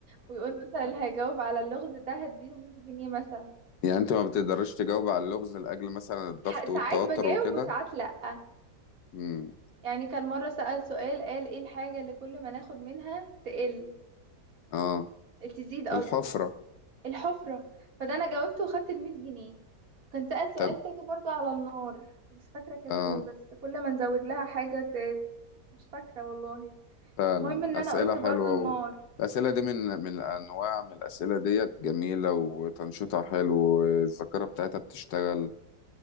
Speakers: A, on the right; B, on the left.
A: ويقول مثلا هجاوب على اللغز ده هديله 100 جنيه مثلا
B: يعني انت ما بتقدرش تجاوب على اللغز لأجل مثلا الضغط
A: ح- ساعات
B: والتوتر
A: بجاوب
B: وكده
A: وساعات لأ
B: امم
A: يعني كان مرة سأل سؤال قال ايه الحاجة اللي كل ما ناخد منها تقل
B: اه
A: تزيد قصدي
B: الحفرة
A: الحفرة فده انا جاوبته وخدت المية جنيه وكان سأل سؤال
B: طب
A: تاني برضو على النار مش فاكرة كان
B: اه
A: ايه بس كل ما نزود لها حاجة ت... مش فاكرة والله
B: فعلا
A: المهم ان
B: أسئلة
A: انا قلت
B: حلوة
A: برضو النار
B: و... الأسئلة دي من من الأنواع من الأسئلة ديت جميلة وتنشيطها حلو والذاكرة بتاعتها بتشتغل